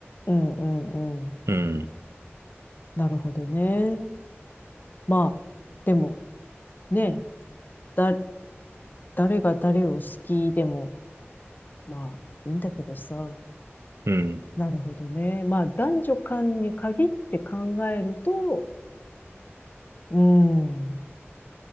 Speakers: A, on the left; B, on the right.
A: うん、うん、うん。
B: うん、
A: なるほどね。まあ、でも、ね、だ、誰が誰を好きでも、まあ、いいんだけどさ。
B: うん、
A: なるほどね。まあ、男女間に限って考えると、うん。